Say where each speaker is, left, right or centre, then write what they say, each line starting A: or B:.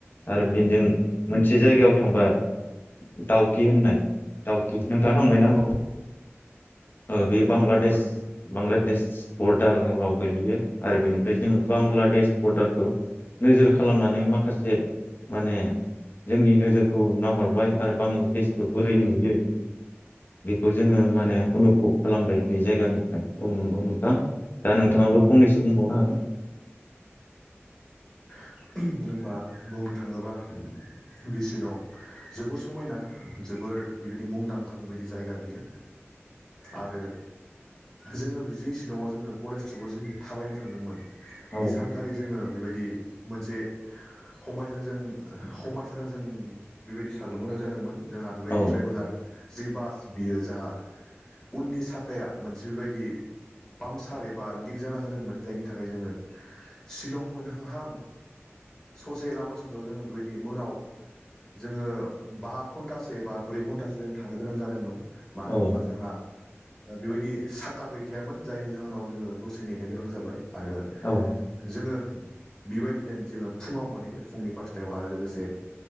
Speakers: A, on the left; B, on the left.
A: आरो बिदिनो जों मोनसे जायगायाव थांबाय दाउकि होननाय दाउकि नोंथाङा थांबायना बे
B: औ
A: ओ बे बांलादेश
B: औ थांबाय
A: बांलादेश बरडाराव गोेलैयो आरो बेनिफ्राय जोङो बांगलादेश बरदारखौ नोजोर खालामनानै माखासे माने जोंनि नोजोरखौ नाहरबाय आरो बांलादेशखो बोरै नुयो बेखौ जोङो माने अनुभब खालामबाय बे जायगानिफ्राय औ नंगौ नोंथां दा नोंथांङाबो फंनैसो बुंबावनो हागोन
B: <unintelligible> होमबा बुंनो थाङोबा बे शिलं जोबोर समायना जोबोर बेबायदि मुंदांखा बेबायदि जायगा बियो आरो जोंङो जि शिलंआव जोङो कलेज ट्रिपाव जों थाबायनो थांदोंमोन बे
A: औ
B: सानखालि जोंङो बेबायदि मोनसे खमायजोजों ओह खमायसारजों बेबायदि साग्लोबनो गोनां जादोंमोन जोंहा बेबायदि
A: औ
B: ट्रेभेलार जि बास बियो जाहा उननि साखाया मोनसे बेबायदि पामचार एबा लिक जाना होदोंमोन जायनि थाखाय जोंङो शिलं मोनहांहां ससे लामा ससेयाव जोंङो बेबायदि मोनाव जोंङो बा घन्टासो एबा ब्रै घन्टासो जोंङो थानो गोनां जादोंमोन मानो
A: औ
B: होमबा जोंहा ओ बेबायदि साका गैखायामोन जायनि जाहोनाव जोंङो दसे नेनो गोनां जाबाय । आरो
A: औ
B: जोंङो बिबाय दिनो जोंङो फुंङाव मोनहैबाय फुंनि पासतायाव आरो लोगोसे